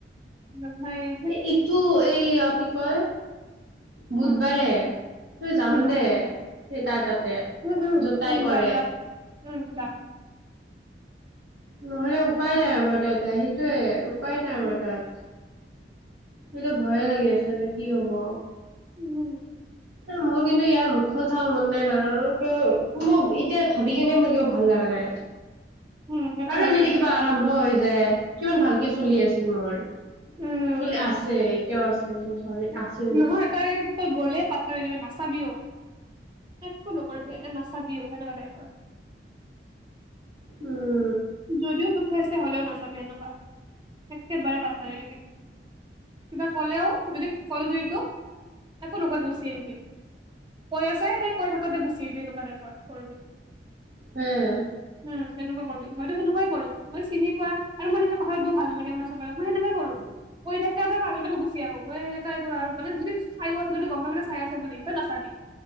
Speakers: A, on the right (about 25°); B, on the right (about 70°).
A: <inaudible>
B: এই ইটো এই কি কয়। বুধবাৰে
A: উম
B: তই যাম
A: উম
B: দে তাৰ তাতে।
A: উম, উম,
B: য'ত তাই
A: উম,
B: কৰে
A: যাম যাম উম যাম।
B: নহ'লে উপায় নাই আমাৰ তাতে সেইটোয়ে উপায় নাই আমাৰ
A: উম
B: তাত। মৰতো ভয়ে লাগি আছে যে কি হ'ব।
A: উম।
B: মোৰ কিন্তু ইয়াৰ মুখখন চাব মন নাই নহয় এতিয়া ভাবি কেনে মোৰ কিবা ভাল লগা নাই।
A: উম সেইটো
B: আৰু
A: হয়
B: যদি
A: কিন্তু
B: কিবা
A: হয়
B: আৰম্ভ হৈ যায়। কিমান ভালকে চলি আছিল মোৰ
A: উম
B: চলি আছে এতিয়াও আছে <unintelligible>
A: নহয় তাই তই গ'লে পাতটি দিবি নাচাবিও একো নকৰিবি এ নাচাবিও সেনেকুৱা টাইপৰ।
B: উম।
A: যদিও তোক চাইছে হ'লেও নাচাবি এনেকুৱা একেবাৰে পাট্টা নিদিবি। কিবা কলেও যদি কয়ও তোক একো নোকোৱাকে গুচি আহিবি। কৈ আছে সেই থাকাটে গুচি আহিবি সেনেকুৱা টাইপৰ।
B: হেই।
A: উম, সেনেকুৱা কৰবি। মইতো সেনেকাই কৰো মই চিনিপোৱা আৰু মই এনেকুৱা কথা পাতিব ভল নালাগে নহয় চব মই সেনেকুৱাই কৰো। কৈ থাকে তাৰ মাজতে মই গুছি আহো মই সেনেকাই কৰো আৰু মানে যদি চাইয়ো আছে যদি গম পাৱ চাই আছে বুলি তই নাচাবি।